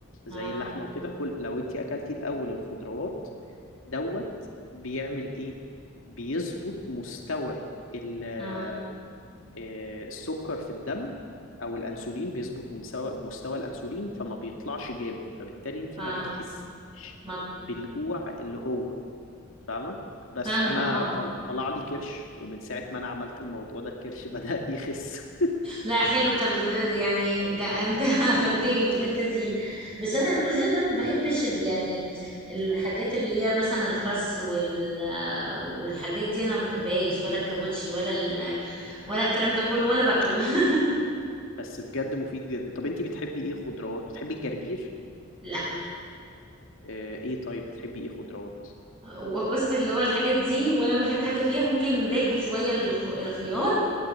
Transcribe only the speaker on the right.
اه
اه
فاهم
ما-
فاهمة
اه
لا حلو طب لا- يعني ده انت <laughs> فتاني في الحتة دي بس انا المزيد انا ما بحبش ال- يعني الحاجات اللي هي مثلا الخس وال والحاجات دي انا ما بحبهاش ولا الكابوتشي ولا ال... ولا الكلام ده كله ولا باكله <laughs>
لا
و- بص اللي هو الحاجات دي ولا بحب حاجة فيها ممكن باكل شوية الخ... الخيار